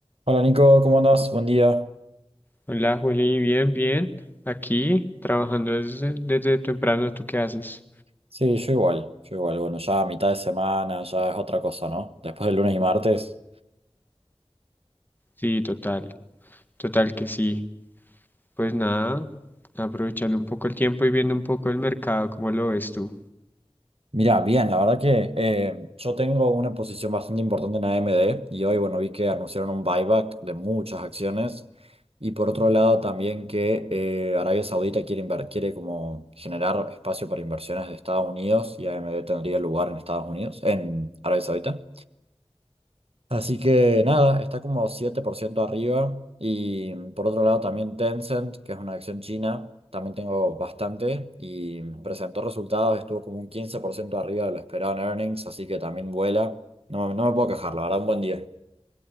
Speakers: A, on the right; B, on the left.
A: Hola Nico, ¿cómo andás? Buen día.
B: Hola, Juli, bien, bien. Aquí trabajando desde, desde temprano, ¿tú qué haces?
A: Sí, yo igual, yo igual. Bueno, ya a mitad de semana, ya es otra cosa, ¿no? Después del lunes y martes.
B: Sí, total, total que sí. Pues nada, aprovechando un poco el tiempo y viendo un poco el mercado, ¿cómo lo ves tú?
A: Mirá, bien, la verdad que eh, yo tengo una posición bastante importante en AMD y hoy, bueno, vi que anunciaron un buyback de muchas acciones y por otro lado también que eh, Arabia Saudita quiere, inver- quiere como generar espacio para inversiones de Estados Unidos y AMD tendría lugar en Estados Unidos, en Arabia Saudita. Así que nada, está como 7% arriba. Y mm, por otro lado también Tencent, que es una acción china, también tengo bastante y mm, presentó resultados, estuvo como un 15% arriba de lo esperado en earnings, así que también vuela. No, me- no me puedo quejar, la verdad, un buen día.